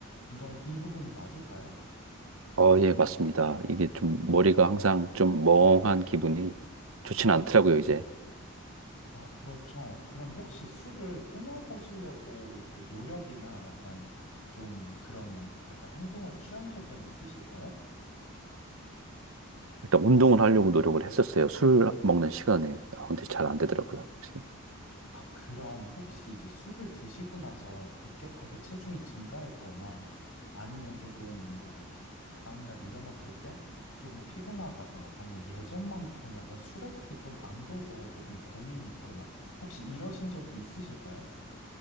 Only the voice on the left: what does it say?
이런, 이 부분이 맞을까요?
아, 그렇죠. 그럼 혹시 술을 끊어보시려고 이렇게 노력이나 약간 좀 그런 약간 행동을 취한 적은 있으실까요?
아, 그럼 혹시 이제 술을 드시고 나서 급격하게 체중이 증가했거나 아니면 조금 뭐 다음날 일어났을 때 조금 피곤하다거나 아니면 예전만큼 약간 술에 독이 좀 안 돼서 조금 고민이 있거나 혹시 이러신 적이 있으실까요?